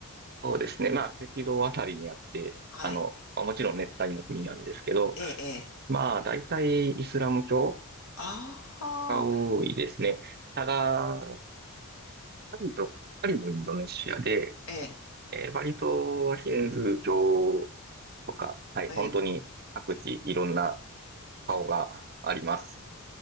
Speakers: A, on the right (about 45°); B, on the left (about 65°).
A: そうですね。まあ、赤道あたりにあって、
B: はい、
A: あの、まあもちろん熱帯の国なんですけど、
B: ええ、ええ、
A: まあ、大体イスラム教
B: ああ、
A: が多いですね。ただ、バリと、バリもインドネシアで、
B: ええ、
A: えーバリ島はヒンズー教とか、はい、
B: ええ、
A: 本当に各地いろんな顔があります。